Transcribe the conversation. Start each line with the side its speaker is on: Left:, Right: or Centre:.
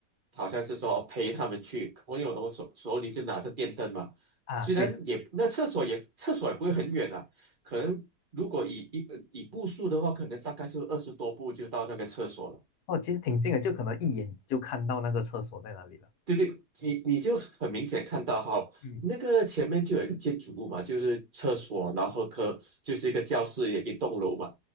Right: 好像是说陪他们去，我有我手手里就拿着电灯嘛，
Left: 啊，
Right: 虽然也那厕所也厕所也不会很远啊，
Left: 对的，
Right: 可能如果以一以步数的话，可能大概就二十多步就到那个厕所了。
Left: 哦，其实挺近的，就可能一眼就看到那个厕所在哪里了。
Right: 对对，你你就很明显看到哈，
Left: 嗯，
Right: 那个前面就有一个建筑物嘛，就是厕所，然后科就是一个教室，也一栋楼嘛。